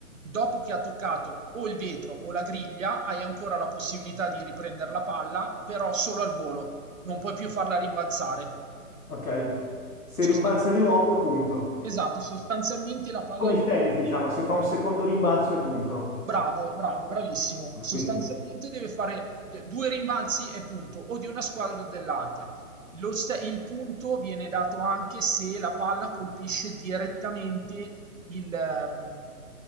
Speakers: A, on the right (about 60°); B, on the left (about 75°).
A: Dopo che ha toccato o il vetro o la griglia, hai ancora la possibilità di riprender la palla, però solo al volo, non puoi più farla rimbalzare.
B: Ok. Se
A: Sostanz
B: rimbalza di nuovo è punto.
A: esatto, sostanzialmente la palla
B: Come
A: non
B: il tennis, diciamo, se fa un secondo rimbalzo è punto.
A: Bravo, bravo, bravissimo.
B: Ho
A: Sostanzialmente
B: capito?
A: deve fare d- due rimbalzi e punto, o di una squadra o dell'altra. Lo sta- il punto viene dato anche se la palla colpisce direttamente il, ehm,